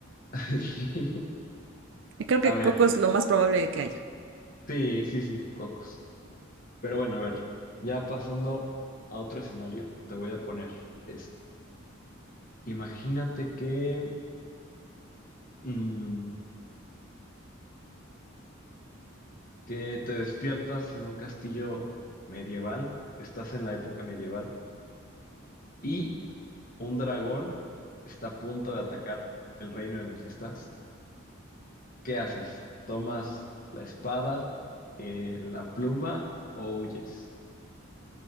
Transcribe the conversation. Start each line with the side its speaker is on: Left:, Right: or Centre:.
Left: <laughs> Sí.
Right: <laughs> Creo que
Left: A ver,
Right: coco es lo más probable que haya.
Left: sí, sí, sí, cocos. Pero bueno, a ver, ya pasando a otro escenario, te voy a poner este. Imagínate que, mm, que te despiertas en un castillo medieval, estás en la época medieval, y un dragón está a punto de atacar el reino en el que estás. ¿Qué haces? ¿Tomas la espada, eh, la pluma o huyes?